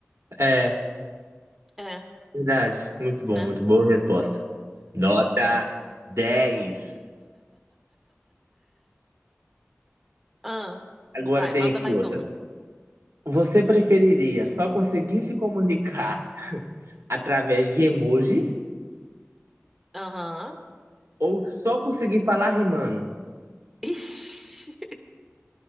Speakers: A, on the right (about 85°); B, in the centre.
A: É,
B: É,
A: verdade. Muito
B: né?
A: bom, muito boa resposta. Nota dez
B: Ah,
A: Agora
B: vai,
A: tem
B: manda
A: aqui
B: mais
A: outra.
B: uma.
A: Você preferiria só conseguir se comunicar através de emojis
B: Aham.
A: ou só conseguir falar rimando?
B: Ixi.